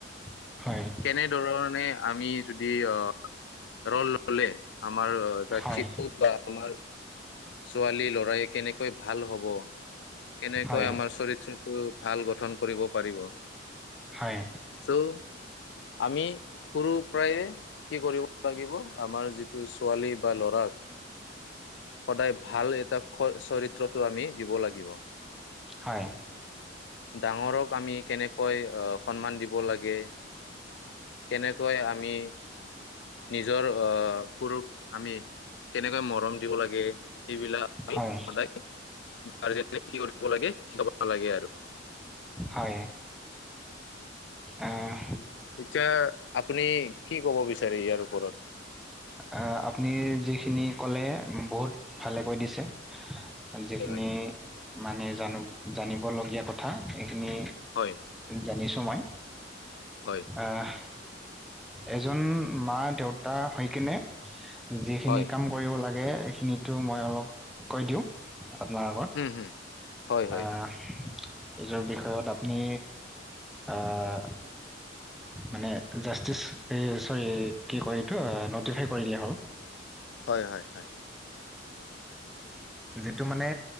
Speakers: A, in the centre; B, on the left (about 65°).
A: হয়
B: কেনে ধৰণে আমি যদি অ ৰল ল'লে আমাৰ যাক
A: হয়
B: শিক্ষক বা আমাৰ ছোৱালী ল'ৰাই কেনেকৈ ভাল হ'ব, কেনেকৈ
A: হয়
B: আমাৰ চৰিত্ৰত ভাল গঠন কৰিব পাৰিব।
A: হয়।
B: চ' আমি সৰু পৰায়ে কি কৰিব লাগিব, আমাৰ যিটো ছোৱালী বা ল'ৰাক সদায় ভাল এটা চৰিত্ৰটো আমি দিব লাগিব।
A: হয়
B: ডাঙৰক আমি কেনেকৈ সন্মান দিব লাগে। কেনেকৈ‌ আমি নিজৰ কূৰূপ আমি কেনেকৈ মৰম দিব লাগে, সেইবিলাক
A: হয়
B: সদায় গাৰ্জেনে কি কৰিব লাগে, কি হ'ব নালাগে আৰু।
A: হয়। আহ
B: এতিয়া আপুনি কি কব বিচাৰে ইয়াৰ ওপৰত?
A: আহ, আপুনি যিখিনি কলে বহুত ভালে কৈ দিছে। যিখিনি
B: হয়
A: মানে জানো- জানিবলগীয়া কথা। সেইখিনি
B: হয়
A: জানিছো মই।
B: হয়
A: আহ এজন মা- দেউতা হৈ কিনে যিখিনি
B: হয়
A: কাম কৰিব লাগে এইখিনিতো মই অলপ কৈ দিওঁ আপোনাৰ আগত।
B: হয় হয় হয়
A: আহ এইটোৰ বিষয়ত আপুনি আহ, মানে জাচটিচ চৰি কি কয় এইটো নটিফাই কৰিলে হ'ল।
B: হয়, হয়, হয়।
A: যিটো মানে